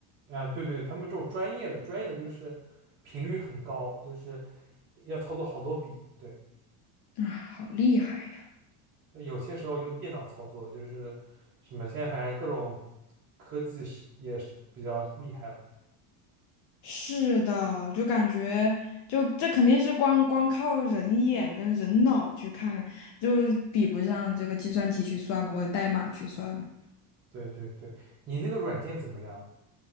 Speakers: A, on the right (about 25°); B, on the left (about 60°).
A: 啊，对对，他们这种专业的，专业的就是频率很高，就是要操作好多笔。对，
B: 啊，好厉害呀！
A: 那有些时候用电脑操作的，就是什么现在反正各种科技是也是比较厉害了。
B: 是的，就感觉就这肯定是光光靠人眼跟人脑去看看，就比不上这个计算机去算嘛，或者代码去算嘛。
A: 对对对，你那个软件怎么样？